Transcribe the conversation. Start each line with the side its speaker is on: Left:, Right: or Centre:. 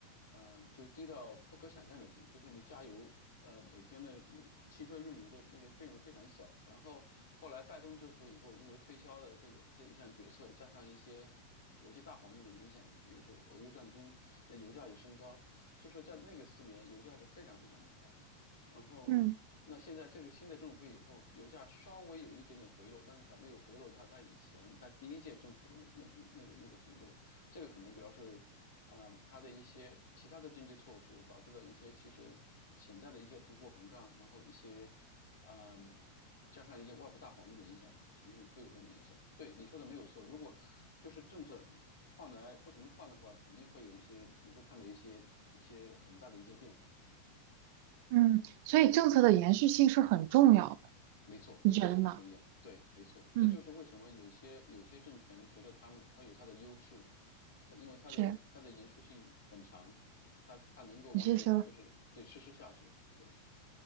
Left: 嗯、就低到不可想象的低，就是你加油。呃，每天的呃汽车运油的那个费用非常小。然后后来拜登政府以后，因为推销了这个这一项决策，加上一些国际大环境的影响，比如说俄乌战争，那油价也升高，就是在那个四年，油价是非常非常的高。然后，
Right: 嗯
Left: 那现在这个新的政府以后，油价稍微有一点点回落，但是还没有回落到它以前在第一届政府的那那个那个程度。这个可能主要是，呃，它的一些其他的经济措施导致了一些其实潜在的一些通货膨胀，然后一些，嗯、加上一些外部大环境的影响嘛，我相信会有这样的影响。对你说的没有错，如果就是政策换来不停的换的话，肯定会有一些你会看到一些一些很大的一些变化。
Right: 嗯，所以政策的延续性是很重要的，
Left: 没错，
Right: 你觉得呢？
Left: 确实很重要。对，没错，
Right: 嗯，
Left: 这就是为什么有些有些政权觉得他们他有他的优势，它因为它的它的延续性很长，
Right: 是，
Left: 它它能够完全就是对实施下去。
Right: 你是说
Left: 对，